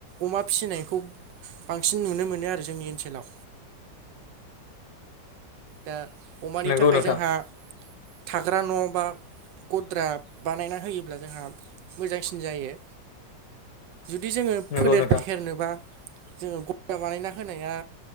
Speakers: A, on the right; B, on the left.
A: अमा फिसिनायखौ बांसिन नुनो मोनो आरो जोंनि ओनसोलाव दा अमानि
B: नंगौ
A: थाखाय
B: नोंथां
A: जोंहा थाग्रा न' बा गद्रा बानायना होयोब्ला जोंहा मोजांसिन जायो जुदि जोङो
B: नंगौ
A: फोलेर
B: नोंथां
A: फेहेरनोबा जोङो गता बानायना होनाया